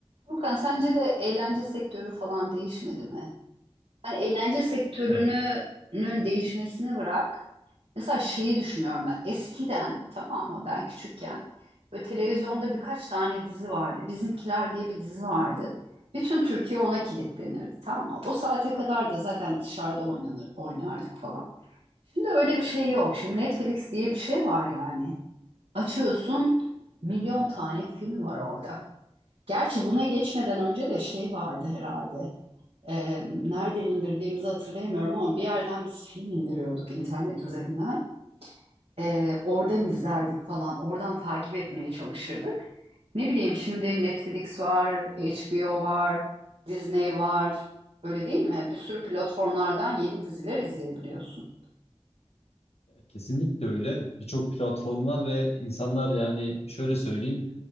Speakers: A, on the right (about 80°); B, on the left (about 80°).
A: Furkan sence de eğlence sektörü falan değişmedi mi? Hani eğlence sektörünün
B: Ya,
A: değişmesini bırak. Mesela şeyi düşünüyorum ben. Eskiden tamam mı ben küçükken böyle televizyonda birkaç tane dizi vardı. Bizimkiler diye bir dizi vardı. Bütün Türkiye ona kilitlenirdi tamam mı? O saate kadar da zaten dışarıda oynanır, oynardık falan. Şimdi öyle bir şey yok. Şimdi Netflix diye bir şey var yani. Açıyorsun milyon tane film var orada. Gerçi buna geçmeden önce de şey vardı herhalde. Ee, nereden indirdiğimizi hatırlayamıyorum ama bir yerden biz film indiriyorduk internet üzerinden. Ee, oradan izlerdik falan. Oradan takip etmeye çalışırdık. Ne bileyim şimdi Netflix var, HBO var, Disney var. Öyle değil mi? Bir sürü platformlardan yeni diziler izleyebiliyorsun.
B: kesinlikle öyle. Birçok platform var ve insanlar yani şöyle söyleyeyim.